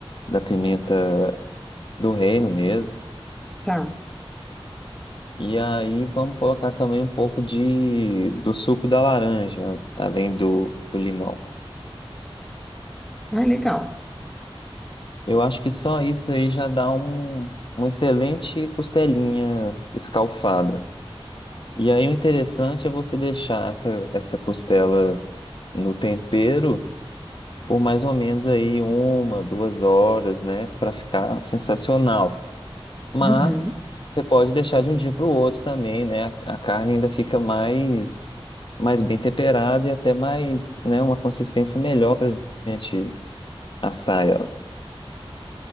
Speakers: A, on the left (about 55°); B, in the centre.
A: da pimenta do reino mesmo.
B: tá.
A: E aí vamos colocar também um pouco de do suco da laranja, além do, do limão.
B: Ai, legal.
A: Eu acho que só isso aí já dá um, uma excelente costelinha escalfada. E aí o interessante é você deixar essa, essa costela no tempero por mais ou menos aí uma, duas horas, né, para ficar sensacional. Mas
B: Uhum,
A: você pode deixar de um dia para o outro também, né? A a carne ainda fica mais, mais bem temperada e até mais, né, uma consistência melhor para a gente assar ela.